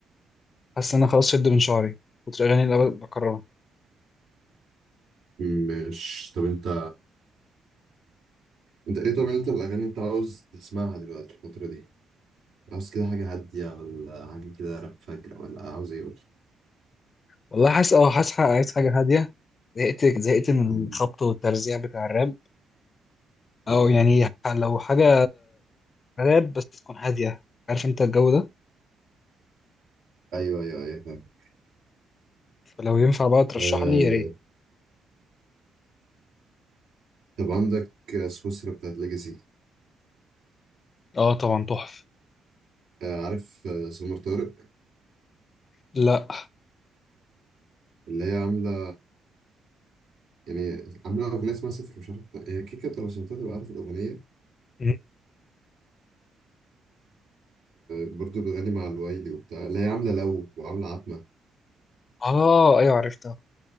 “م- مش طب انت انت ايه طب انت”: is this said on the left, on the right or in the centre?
Right